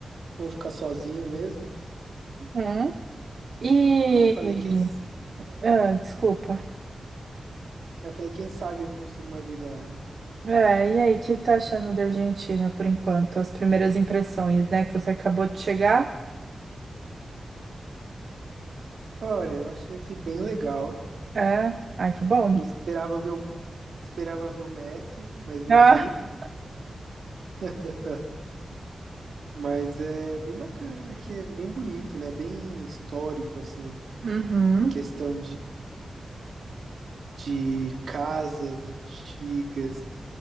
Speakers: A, on the right; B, on the right.
A: vou ficar sozinho mesmo.
B: Uhum. E...
A: Aí eu falei, quem, aí
B: Ah, desculpa.
A: eu falei, quem sabe eu construo uma vida lá, né?
B: É, e aí, o que que tá achando da Argentina por enquanto? As primeiras impressões, né? Que você acabou de chegar?
A: Olha, eu achei aqui bem legal.
B: É. Ai, que bom.
A: Eu esperava ver o, esperava ver o Messi, mas não
B: <laughs>
A: vi. <laughs> Mas é bem bacana aqui, é bem bonito, né? Bem histórico, assim,
B: Ah, uhum.
A: em questão de, de casas antigas,